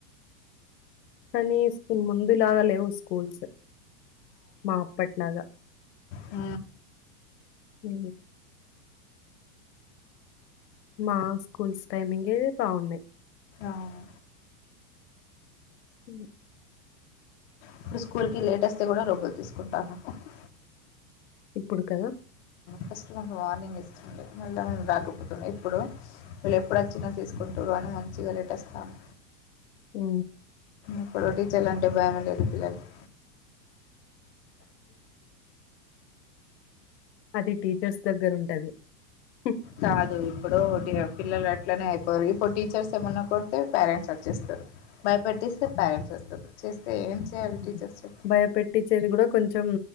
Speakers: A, on the left (about 85°); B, on the left (about 45°).
A: కనీసం ముందులాగా లేవు స్కూల్స్ మా అప్పట్లాగా
B: ఊ
A: ఊ మా స్కూల్స్ టైమింగే బావున్నయ్
B: అవును.
A: ఉ
B: ఇప్పుడు స్కూల్ కి లేట్ అస్తే కూడా లోపలికి తీసుకుంటాను హ్ హ్ హ్
A: ఇప్పుడు కదా
B: ఫస్ట్ మాకు వార్నింగ్ ఇస్తుండే మళ్ళా మేము రాకపోతుండే ఎప్పుడు వీళ్ళు ఎప్పుడు వచ్చినా తీసుకుంటురు అని మంచిగా లేట్ వస్తర్
A: ఉ
B: ఇప్పుడు టీచర్లు అంటే భయమే లేదు పిల్లలకి
A: అది టీచర్స్ దగ్గర ఉంటది ఉ
B: కాదు ఇప్పుడు ఉట్టిన పిల్లలు అట్లనే అయిపోరు ఇప్పుడు టీచర్స్ ఏమన్నా కొడితే పేరెంట్స్ వచ్చేస్తారు భయపట్టిస్తే
A: అవును.
B: పేరెంట్స్ వస్తరు చేస్తే ఏం చేయాలి
A: హ్మ్.
B: టీచర్స్ చెప్పు
A: భయపెట్టిచ్చేది గూడా కొంచెం